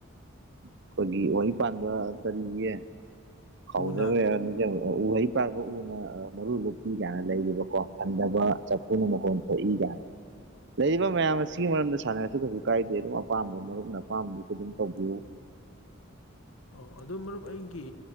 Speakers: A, on the right; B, on the left.
A: ꯑꯩꯈꯣꯏꯒꯤ ꯎꯍꯩ ꯄꯥꯟꯕ ꯀꯔꯤꯒꯦ ꯀꯥꯎꯅꯒ꯭ꯔꯦ
B: ꯎꯅ
A: ꯑ ꯎꯍꯩ ꯄꯥꯕ ꯎꯅ ꯃꯔꯨ ꯂꯨꯞꯄꯤ ꯀꯥꯏꯅ ꯂꯩꯔꯤꯕꯀꯣ ꯊꯟꯗꯕ ꯄꯨꯅ ꯃꯒꯣꯟ ꯊꯣꯛꯏꯒ ꯂꯩꯔꯤꯕ ꯃꯌꯥꯝ ꯑꯁꯤꯒꯤ ꯃꯔꯝꯗ ꯁꯥꯟꯅꯔꯁꯨ ꯀꯩꯁꯨ ꯀꯥꯏꯗꯦ ꯑꯗꯨꯝ ꯑꯄꯥꯝꯕ ꯃꯔꯨꯞꯅ ꯑꯄꯥꯝꯕꯗꯨꯁꯨ ꯑꯗꯨꯝ ꯇꯧꯕꯤꯌꯨ
B: ꯑꯣ ꯑꯗꯣ ꯃꯔꯨꯞ ꯑꯩꯒꯤ